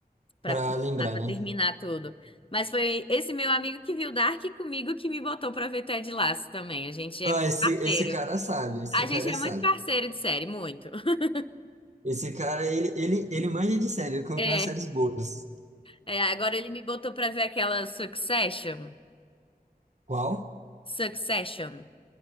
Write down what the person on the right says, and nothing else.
Pra
lembrar,
né?
Ah,
esse,
esse cara sabe. Esse
cara
é sábio.
Esse cara, ele, ele, ele manja de série. Ele colocou
umas séries boas.
Qual?